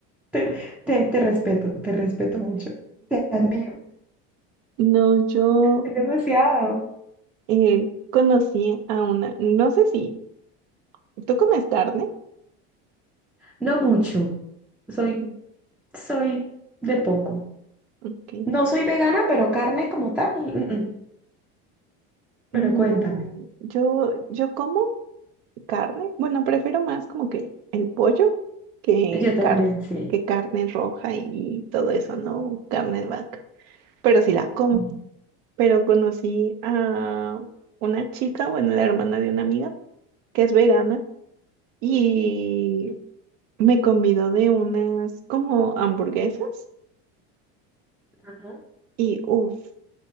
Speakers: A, in the centre; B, on the right.
A: <laughs> te, te respeto, te respeto mucho, te admiro,
B: No, yo...
A: es demasiado.
B: eh, conocí a una, no sé si, ¿tú comes carne?
A: No mucho, soy,
B: Mm,
A: soy de poco.
B: Ok.
A: No soy vegana, pero carne como tal, mm, mm.
B: No,
A: Pero cuéntame.
B: yo, yo como carne. Bueno, prefiero más como que el pollo que
A: Yo también,
B: carne,
A: sí.
B: que carne roja y todo eso, no carne de vaca. Pero sí la como.
A: Sí.
B: Pero conocí a una chica, bueno, la hermana de una amiga, que es vegana, y me convidó de unas como hamburguesas.
A: Ajá.
B: Y uff,